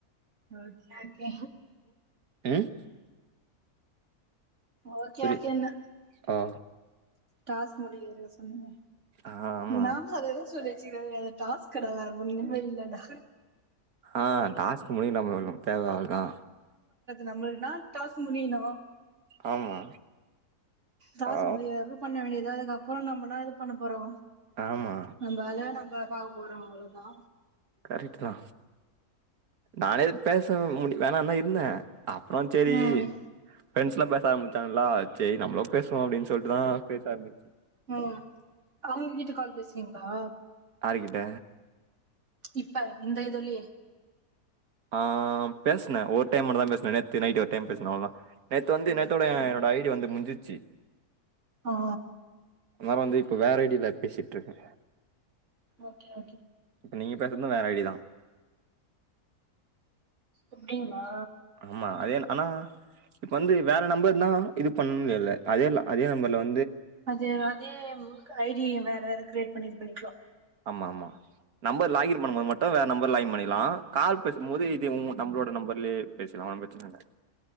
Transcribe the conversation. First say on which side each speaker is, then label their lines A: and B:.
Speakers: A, on the right (about 50°); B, on the right (about 70°).
A: ஓகே ஓகே
B: ம்
A: ஓகே
B: புரி
A: ஓகே அண்ணா
B: ஆ
A: டாஸ்க் முடிய ஏதோ சொன்னீங்க
B: ஆ ஆமா
A: இன்க்நாம்லு அத எத சொல்லிடே டாஸ் கடவுளார் ஒன்னுமே இல்லடா
B: ஆ டாஸ்க்கு முடியு நம்முலு தேவ அவ்ளோதா
A: நம்மல்னா டாஸ்க் முடியுணு
B: ஆமா
A: டாஸ்க்
B: ஆ
A: முடியுறவரையு பண்ண வேண்டியது தா அதுக்கப்றோ நம்மதா இது பண்ண போறோ
B: ஆமா
A: நம்ம வேல்ல நம்ம பாக்க போறோ அவ்ளோதா
B: ரைட்டுதா நானே பேச முடிவேண தா இருந்தே அப்றோ செரீ
A: ம்
B: ஃப்ரெண்ட்ஸ்லா பேச ஆரம்பிச்சாங்களா சரி நம்ளோ பேசுவோ அப்படின்சொல்லிட்டு தா பேச ஆரம்பிச்ச
A: உம் அவங்க கீட்ட கால் பேசுவீங்களா
B: யார் கிட்ட
A: இப்ப இந்த இதுலயே
B: ஆ பேசுன ஒரு டைம் மட்டுதா பேசுன நெ நேத்து நைட் ஒரு டைம் பேசுன
A: ஓ
B: அவ்ளோதா நேத்து வந்து நேத்தோட
A: ஓகே ஓகே
B: என்னனோட ஐ டி வந்து முடிஞ்சிச்சு
A: ஆ
B: நா வந்து இப்ப வேற ஐ டில பேசிட்டு இருக்கே
A: ஓகே ஓகே
B: இப்ப நீங்க பேசுறதும் வேற ஐ டி தா
A: அப்டிங்களா
B: ஆமா அது என ஆனா இப்ப வந்து வேற நம்பர் தா இது பண்ணும்ல்ல அதே அதே நம்பர்ல வந்
A: அது அதே ஐ டி வேற வேற கிரியேட் பண்ணிக்கலா
B: ஆமா ஆமா நம்பர் லாகின் பண்ணு போது மட்டு வேற நம்பர் லாகின் பண்ணி க்கலா கால் பேசும் போது இது உங்க நம்பளோட நம்பர்லயே பேசலா ஒன்னு பிரச்சன இல்ல